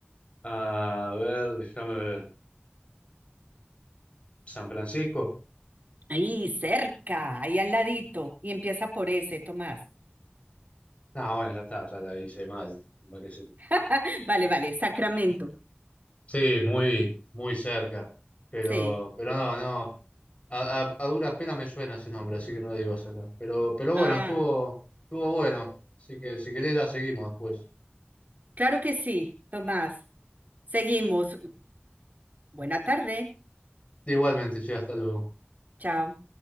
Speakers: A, on the left; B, on the right.
A: a ver, déjame ver. ¿San Francisco?
B: Ahí cerca, ahí al ladito. Y empieza por ese, Tomás.
A: No, bueno, ya está, ya la hice mal, me parece.
B: <laughs> Vale, vale, Sacramento.
A: Sí, muy, muy cerca. Pero,
B: Sí.
A: pero no, no. A, a- a duras penas me suena ese nombre, así que no lo digo acá. Pero, pero bueno,
B: Ah,
A: estuvo, estuvo bueno. Así que si querés ya seguimos después.
B: claro que sí, Tomás. Seguimos. Buena tarde.
A: Igualmente, che, hasta luego.
B: Chao.